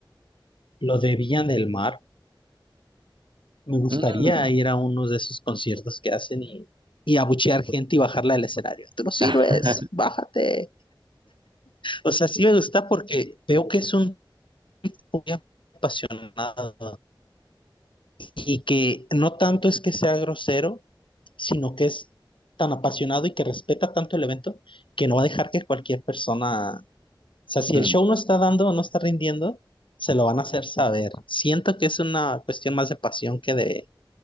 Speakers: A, on the left; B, on the right.
A: lo de Villa del Mar. Me gustaría
B: Mm,
A: ir a uno de esos conciertos que hacen y, y abuchear gente y bajarla del escenario. Tú no sirves,
B: ah,
A: bájate. O sea, sí me gusta porque veo que es un muy apasionado. y que no tanto es que sea grosero, sino que es tan apasionado y que respeta tanto el evento que no va a dejar que cualquier persona, o sea, si
B: mm.
A: el show no está dando o no está rindiendo, se lo van a hacer saber. Siento que es una cuestión más de pasión que de,